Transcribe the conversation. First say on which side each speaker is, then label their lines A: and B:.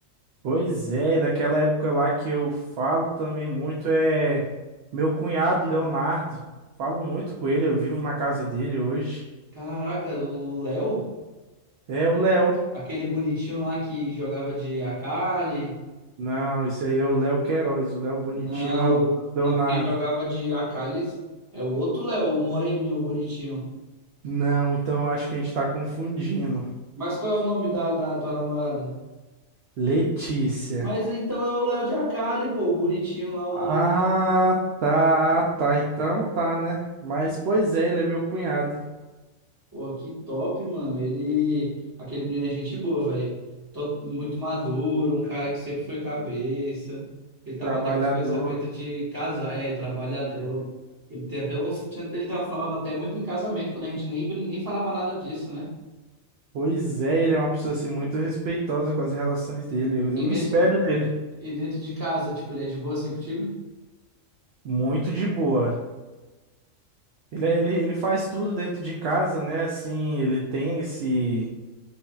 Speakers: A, on the right; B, on the right.
A: Pois é, daquela época lá que eu falo também muito é meu cunhado Leonardo. Falo muito com ele, eu vivo na casa dele hoje.
B: Caraca, o Léo?
A: É o Léo.
B: Aquele bonitinho lá que jogava de Akali.
A: Não, esse aí é o Léo Queiroz. O Léo bonitinho
B: Não,
A: é o
B: não,
A: Leonardo.
B: quem jogava de Akali é o outro Léo, o moreninho, o bonitinho.
A: Não, então eu acho que a gente tá confundindo.
B: Mas qual é o nome da, da tua namorada?
A: Letícia.
B: Mas então é o Léo de Akali, pô, o bonitinho lá, o
A: Ah,
B: moreninho.
A: tá, tá. Então tá, né? Mas, pois é, ele é meu cunhado,
B: Pô, que top, mano. Ele, aquele menino é gente boa, velho. Tô muito maduro, um cara que sempre foi cabeça. Ele tava
A: trabalhador.
B: até com os pensamentos de casar, é, trabalhador. Ele tem até uns, tinha- ele tava, falava até muito em casamento, quando a gente nem, brin- nem falava nada disso, né?
A: Pois é, ele é uma pessoa assim, muito respeitosa com as relações dele. Eu,
B: E
A: eu me
B: dentro,
A: espelho nele.
B: E dentro de casa, tipo, ele é de boa assim contigo?
A: Muito de boa. Ele, é, ele, ele faz tudo dentro de casa, né? Assim, ele tem esse,